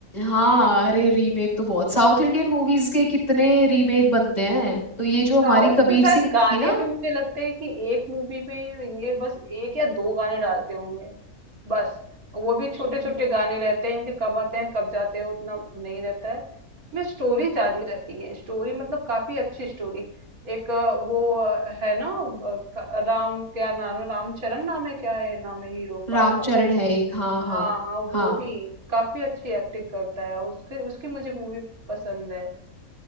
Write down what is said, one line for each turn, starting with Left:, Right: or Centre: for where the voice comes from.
Left: हाँ अरे रीमेक तो बहुत साउथ इंडियन मूवीज के कितने रीमेक बनते हैं तो ये जो हमारी
Right: साउथ
Left: कबीर
Right: में शायद
Left: सिंह आई
Right: गाने
Left: थी ना
Right: भी मुझे लगते हैं कि एक मूवी में ये बस एक या दो गाने डालते होंगे बस वो
Left: अच्छा।
Right: भी छोटे छोटे गाने रहते हैं इनके कब आते हैं कब जाते हैं उतना नहीं रहता है उसमें स्टोरी ज्यादा रहती है स्टोरी मतलब काफी अच्छी स्टोरी एक अ, वो अ, है ना अ, क- राम क्या नाम है रामचरण नाम है क्या है नाम है हीरो
Left: रामचरण
Right: का
Left: है एक हाँ
Right: हाँ
Left: हाँ
Right: हाँ वो
Left: हाँ
Right: भी काफी अच्छी एक्टिंग करता है उसके उसकी मुझे मूवी पसंद है